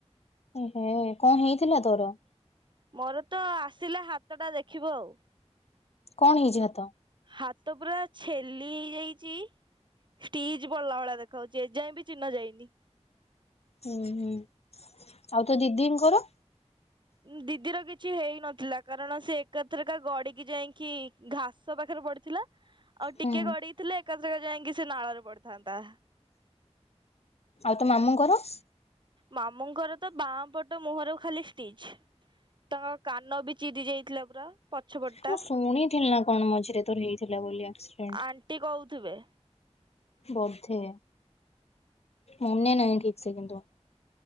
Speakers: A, on the left; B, on the right.
A: ଏ ହେ କଁ ହେଇଥିଲା ତୋର?
B: ମୋର ତ ଆସିଲା ହାତଟା ଦେଖିବୁ ଆଉ।
A: କଣ ହେଇଛି ହାତ?
B: ହାତ ପୁରା ଛେଲି ହେଇଯାଇଛି। ଷ୍ଟିଜ୍ ପଡିଲା ଭଳିଆ ଦେଖାଯାଉଛି ଏଯାଏଁ ବି ଚିହ୍ନ ଯାଇନି।
A: ହୁଁ ହୁଁ, ଆଉ ତୋ ଦିଦିଙ୍କର?
B: ଦିଦିର କିଛି ହେଇନଥିଲା କାରଣ ସେ ଏକାଥରକା ଗଡିକି ଯାଇକି ଘାସ ପାଖରେ ପଡିଥିଲା ଆଉ
A: ହୁଁ
B: ଟିକେ ଗଡିଥିଲେ ଏକା ଥରେ ଯାଇକି ସେ ନାଳରେ ପଡିଥାନ୍ତା।
A: ଆଉ ତୋ ମାମୁଁଙ୍କର?
B: ମାମୁଙ୍କର ତ ବାଁ ପଟ ମୁହଁରୁ ଖାଲି ଷ୍ଟିଚ। ତାଙ୍କ କାନ ବି ଚିରି ଯାଇଥିଲା ପୁରା ପଛପଟଟା।
A: ମୁଁ ଶୁଣିଥିଲି ନା କଣ ମଝିରେ ତୋର ହେଇଥିଲା ବୋଲି ଆକ୍ସିଡେଣ୍ଟ।
B: ଆଣ୍ଟି କହୁଥିବେ।
A: ବୋଧେ ମନେ ନାହିଁ ଠିକ ସେ କିନ୍ତୁ